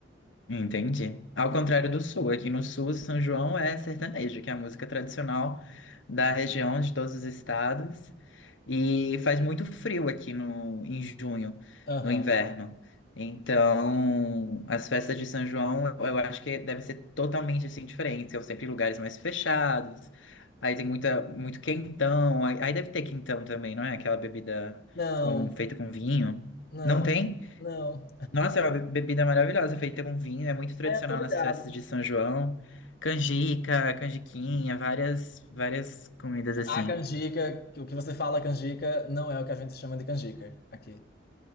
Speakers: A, on the left (about 85°); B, on the left (about 55°).
A: Entendi. Ao contrário do sul, aqui no sul, São João é sertanejo, que é a música tradicional da região, de todos os estados. E faz muito frio aqui no, em junho,
B: Aham.
A: no inverno. Então, as festas de São João, eu, eu acho que devem ser totalmente assim diferentes. São sempre lugares mais fechados. Aí tem muita, muito quentão. Aí, aí deve ter quentão também, não é? Aquela bebida
B: Não,
A: com, feita com vinho.
B: não,
A: Não tem?
B: não.
A: Nossa, é uma be- bebida maravilhosa, feita com vinho, é muito tradicional
B: É, eu tô ligado.
A: nas festas de São João. Canjica, canjiquinha, várias, várias comidas assim.
B: A canjica, que o que você fala canjica, não é o que a gente chama de canjica aqui.